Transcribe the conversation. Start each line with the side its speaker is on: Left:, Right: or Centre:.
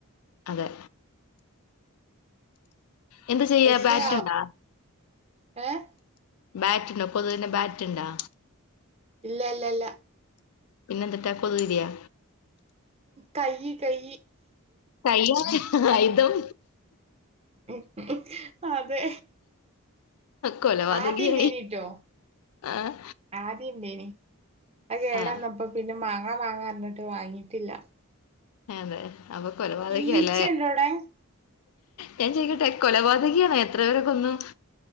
Left: അതെ എന്ത് ചെയ്യാ
Right: പക്ഷെ
Left: ബാറ്റുണ്ടാ
Right: ആഹ് ഏഹ്
Left: ബാറ്റ് ഉണ്ടോ കൊതുകിന്റെ ബാറ്റ് ഉണ്ടോ
Right: ഇല്ല ഇല്ല ഇല്ല
Left: പിന്നെന്തിട്ടാ കൊതുകുതിരിയോ
Right: കൈ കൈ
Left: കൈയാണ് ആയുധം
Right: ഉം ഉം അതെ
Left: കൊലപാതകിയായി
Right: ആദ്യണ്ടായിന് ട്ടോ
Left: ആഹ്
Right: ആദ്യണ്ടായിനി അത് കേടന്നപ്പ
Left: ആഹ്
Right: പിന്നെ മാങ്ങാ മാങ്ങാ ർഞ്ഞിട്ട് വാങ്ങിട്ടില്ല
Left: അതെ അപ്പൊ കൊലപാതകിയല്ലേ
Right: ഈച്ചണ്ടവിടെ?
Left: ഞാൻ ചോയ്ക്കട്ടെ കൊലപാതകി ആണോ എത്ര പേരെ കൊന്നു?